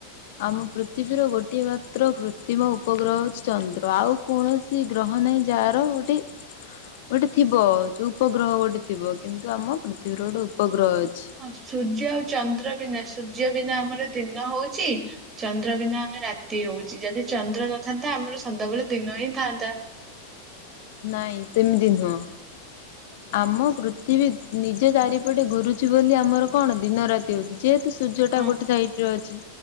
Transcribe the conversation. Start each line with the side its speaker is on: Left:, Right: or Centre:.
Left: ଆମ ପୃଥିବୀର ଗୋଟିଏ ମାତ୍ର କୃତ୍ରିମ ଉପଗ୍ରହ ହଉଚି ଚନ୍ଦ୍ର। ଆଉ କୌଣସି ସେ ଗ୍ରହ ନେଇ ଯାହାର ଗୋଟେ ଗୋଟେ ଥିବ ଯଉ ଉପଗ୍ରହ ଗୋଟେ ଥିବ। କିନ୍ତୁ ଆମ ପୃଥିବୀର ଗୋଟେ ଉପଗ୍ରହ ଅଛି।
Right: ହଁ ସୂର୍ଯ୍ୟ ଆଉ ଚନ୍ଦ୍ର ବିନା ସୂର୍ଯ୍ୟ ବିନା ଆମର ଦିନ ହଉଚି ଚନ୍ଦ୍ର ବିନା ଆମେ ରାତି ହଉଛି ଯଦି ଚନ୍ଦ୍ର ନଥାନ୍ତା ଆମର ସଦାବେଳେ ଦିନ ହିଁ ଥାନ୍ତା।
Left: ନାଇଁ ସେମିତି ନୁହଁ।
Right: ହଁ
Left: ଆମ ପୃଥିବୀ ନିଜ ଚାରିପଟେ ଘୁରୁଚି ବୋଲି ଆମର କଣ ଦିନ ରାତି ହଉଚି। ଯେ ସୂର୍ଯ୍ୟ ଟା
Right: ହଁ
Left: ଗୋଟେ ସାଇଟ୍ ରେ ଅଛି।